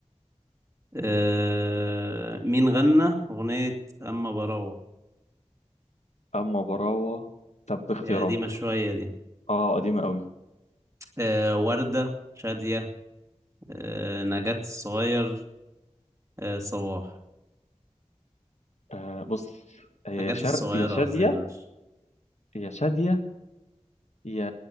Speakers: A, on the right; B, on the left.
A: آه... مين غنى أغنية أما براوة
B: اما براوه طب باختيارات
A: هي قديمة شوية دي
B: اه قديمه قوي
A: آه... وردة شادية آه... نجاة الصغير آه... صباح
B: آه بص هي
A: نجاة
B: يا شرد
A: الصغيرة
B: يا شاديه
A: قصدي معلش
B: يا شاديه يا